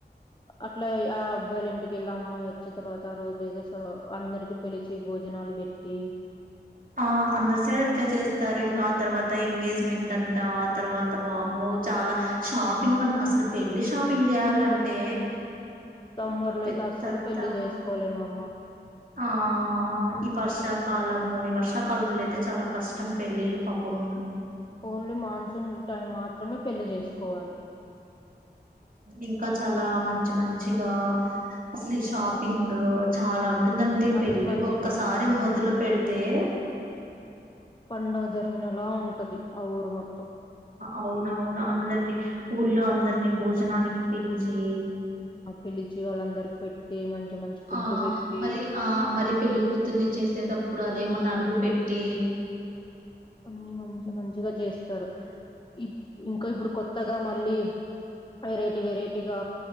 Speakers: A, on the left; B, on the right.
A: అట్లా ఆ అబ్బాయిల ఇంటికెళ్ళ అమ్మాయి వచ్చిన తర్వాత ఆ రోజు ఏదో స అందరికి పిలిచి భోజనాలు పెట్టి
B: ఆ అందరు సైడ్ అట్లే చేస్తారు ఇంకా ఆ తర్వాత ఎంగేజ్మెంట్ అంటా ఆ తర్వాత వామ్మో చాలా షాపింగ్ అసలు పెళ్లి షాపింగ్ చేయాలంటే
A: తమ్ముర్లు
B: పెద్దత్త
A: అయితే అసలు పెళ్లి చేసుకోలేమమ్మ
B: ఆ ఈ వర్షాకాలము ఈ వర్షాకాలంలో అయితే చాలా కష్టం పెళ్ళిళ్ళు పాపము
A: ఓన్లీ మాన్సూన్ టైం మాత్రమే పెళ్లి చేసుకోవాలి
B: ఇంకా చాలా మంచి మంచిగా అసలు ఈ షాపింగ్ చాలా ఉంటు ఉంటుందండీ ఈ
A: మంచి
B: పెళ్లీ
A: మంచి
B: ఒక్కసారి మొదలు పెడితే తే
A: పండుగ జరిగినలా ఉంటది ఆ ఊరు మొత్తం
B: అవును అవును అందరిని ఊర్లో అందరినీ భోజనానికి పిలి చే
A: ఆ పిలిచి వాళ్ళందరికి పెట్టి మంచి మంచి ఫుడ్
B: ఆ
A: పెట్టి
B: మరి ఆ మరి పెళ్లికతుర్ని చేసే త ఇప్పుడు అదేమో నలుగు పెట్టి
A: అన్ని మంచి మంచిగా చేస్తారు ఇ ఇంకా ఇప్పుడు కొత్త కొత్తగా మళ్ళీ వెరైటీ వెరైటీగా